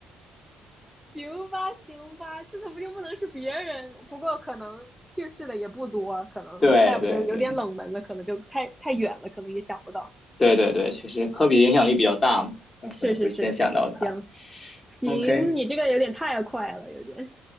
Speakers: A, in the centre; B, on the left.
A: 行吧，行吧，这怎么就不能是别人？不过可能去世的也不多，可能再不就是有点冷门了，
B: 对对对
A: 可能就太太远了，可能也想不到。
B: 对对对，确实科比的影响力比较大嘛，那可能会先想到他。
A: 是是是，行行，
B: OK，
A: 你这个有点太快了，有点